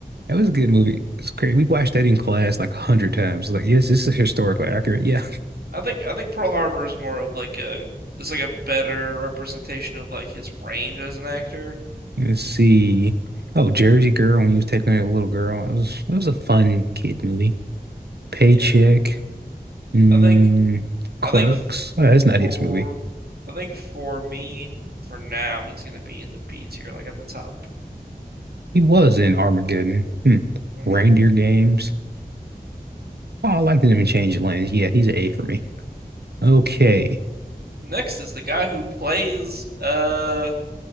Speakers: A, on the right; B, on the right.
A: That was a good movie. It's great. We watched that in class like a hundred times. Like, yes, this is historically accurate. Yeah.
B: I think I think Pearl Harbor is more of like a it's like a better representation of like his range as an actor.
A: <laughs> Let's see. Oh, Jersey Girl when he was taking a little girl. It was it was a fun kid movie. Paycheck.
B: Yeah,
A: Mm,
B: I think
A: Clerks.
B: I think
A: Oh, that's not
B: For
A: his movie.
B: I think for me, for now, he's gonna be in the B tier, like at the top.
A: He was in Armageddon. Hmm.
B: hmm
A: Reindeer Games. Oh, I liked him in Change Lanes. Yeah, he's an A for me. Okay.
B: Next is the guy who plays uh